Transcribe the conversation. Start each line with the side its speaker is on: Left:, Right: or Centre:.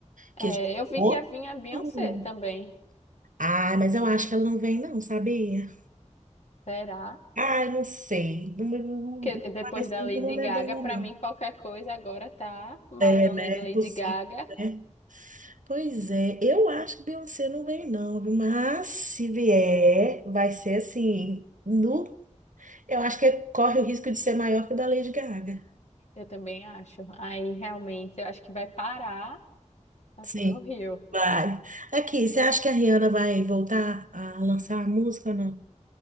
Right: Que
Left: É,
Right: já
Left: eu vi
Right: outro
Left: que ia vir a Beyoncé
Right: rolê.
Left: também.
Right: Ah, mas eu acho que ela não vem, não, sabia?
Left: Será?
Right: Ah, eu não sei. Não, não- não-
Left: Porque
Right: não
Left: depois
Right: parece
Left: da
Right: muito
Left: Lady
Right: o rolê
Left: Gaga,
Right: dela,
Left: pra
Right: não.
Left: mim qualquer coisa agora tá Madonna
Right: É, né?
Left: e Lady
Right: É Possível,
Left: Gaga.
Right: né? Pois é, eu acho que Beyoncé não vem, não, viu? Mas se vier, vai ser assim, no. Eu acho que corre o risco de ser maior que o da Lady Gaga.
Left: Eu também acho. Aí realmente eu acho que vai parar assim
Right: Sim.
Left: o Rio.
Right: Vai. Aqui, você acha que a Rihanna vai voltar a lançar música ou não?